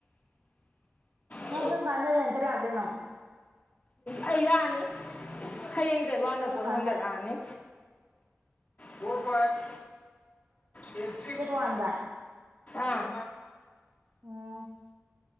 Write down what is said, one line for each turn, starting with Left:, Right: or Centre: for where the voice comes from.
Right: ꯅꯪ
Left: ꯑ
Right: ꯀꯔꯝ ꯀꯥꯟꯗ ꯔꯦꯟꯇ ꯂꯥꯛꯇꯣꯏꯅꯣ
Left: ꯑꯩ ꯂꯥꯛꯑꯅꯤ ꯍꯌꯦꯡ ꯆꯠ ꯋꯥꯟꯗ
Right: ꯀꯔꯝ
Left: ꯄꯣꯠ
Right: ꯀꯥꯟꯗ
Left: ꯍꯣꯟꯒꯠꯂꯛꯑꯅꯤ four five eight six
Right: that ꯋꯥꯟꯗ
Left: ꯑꯥ
Right: ꯎꯝ